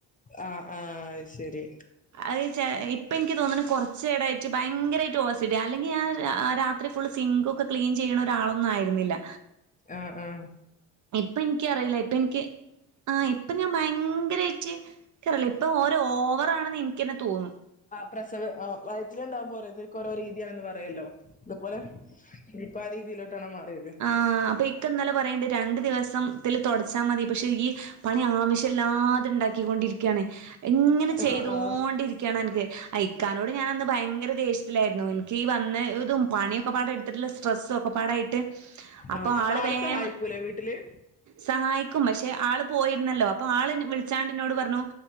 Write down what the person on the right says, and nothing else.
അഹ് ചെ ഇപ്പ ഇനിക്ക് തോന്ന്ണ് കൊറച്ചെടായിട്ട് ഭയങ്കരായിട്ട് ഓ സി ഡി യാ അല്ലെങ്കി ഞാൻ രാ ആ രാത്രി ഫുളള് സിങ്കൊക്കെ ക്ലീൻ ചിയ്യ്ണ ഒരാളൊന്നും ആയിര്ന്നില്ല.
ഇപ്പൻക്ക് അറീല ഇപ്പൻക്ക് ആ ഇ പ്പൊ ഞാൻ ഭയങ്കരായിട്ട് ഇക്കറീല ഇപ്പൊ ഒരോവറാണ് ന്ന് ഇൻ ക്കെന്നെ തോന്നും.
ആ അപ്പൊ ഇക്ക ഇന്നലെ പറയണ്ട് രണ്ട് ദിവസംത്തില് തൊടച്ചാ മതി പക്ഷെ ഈ പണി ആവശ്യയില്ലാതെ ഉണ്ടാക്കി ക്കിക്കൊണ്ടിരിക്കാണ് ഇങ്ങനെ
ചെയ്തോണ്ടിരിക്കണൻക്ക്
ഇക്കാനോട് ഞാനന്ന് ഭയങ്കര ദേഷ്യത്തിലായിരുന്നു ഇൻക്കീ വന്ന ഇതും പണിയൊക്കെപ്പാടെ എട്ത്തിട്ട് ള്ളെ സ്ട്രെസ്സും ഒക്കപ്പാടായിട്ട് അപ്പൊ
ആള് വേഗം
സഹായിക്കും പക്ഷെ ആള് പോയിരുന്നല്ലോ അപ്പൊ ആള് വിളിച്ചാണ്ടിന്നോട് പറഞ്ഞു